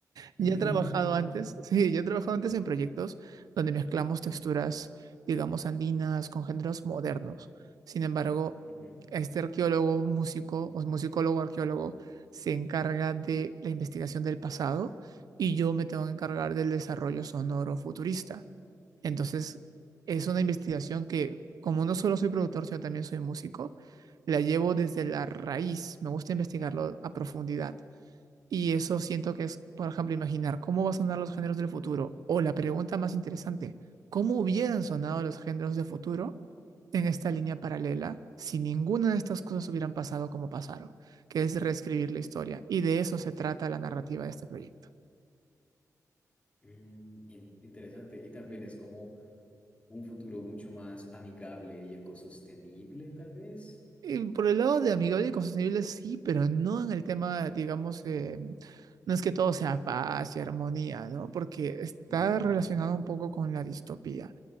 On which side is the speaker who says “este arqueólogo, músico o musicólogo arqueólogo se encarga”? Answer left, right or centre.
Right